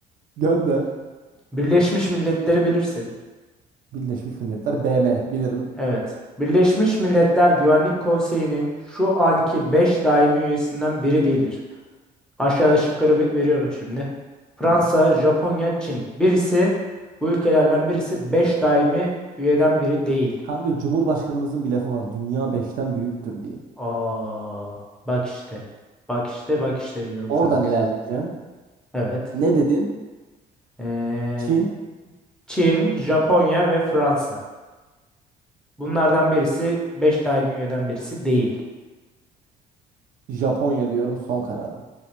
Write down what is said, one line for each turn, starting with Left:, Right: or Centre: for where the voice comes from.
Right: Gönder.
Centre: Birleşmiş Milletleri bilirsin.
Right: Birleşmiş Milletler BM bilirim.
Centre: Evet. Birleşmiş Milletler Güvenlik Konseyi'nin şu anki 5 daimi üyesinden biri değildir. Aşağıda şıkları ve- veriyorum şimdi. Fransa,
Right: Tamam.
Centre: Japonya, Çin. Birisi bu ülkelerden birisi 5 daimi üyeden biri değil.
Right: Kanka Cumhurbaşkanımızın bir lafı var. Dünya beşten büyüktür diye.
Centre: Aa, bak işte. Bak işte, bak işte diyorum
Right: Oradan
Centre: sana.
Right: ilerleyeceğim.
Centre: Evet.
Right: Ne dedin?
Centre: Ee,
Right: Çin,
Centre: Çin, Japonya ve Fransa. Bunlardan birisi 5 daimi üyeden birisi değil.
Right: Japonya diyorum son kararım.